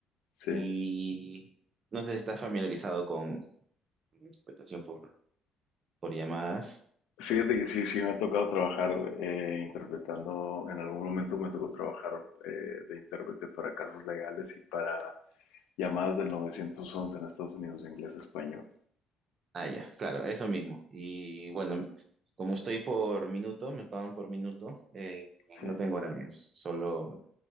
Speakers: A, on the left (about 80°); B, on the right (about 40°).
A: Sí.
B: Y no sé si estás familiarizado con interpretación por, por llamadas.
A: Fíjate que sí, sí me ha tocado trabajar eh, interpretando, en algún momento me tocó trabajar eh, de intérprete para casos legales y para llamadas del nueve once en Estados Unidos de inglés a español.
B: Ah, ya, claro, eso mismo. Y bueno, como estoy por minuto, me pagan por minuto, eh,
A: Sí,
B: no tengo horarios, solo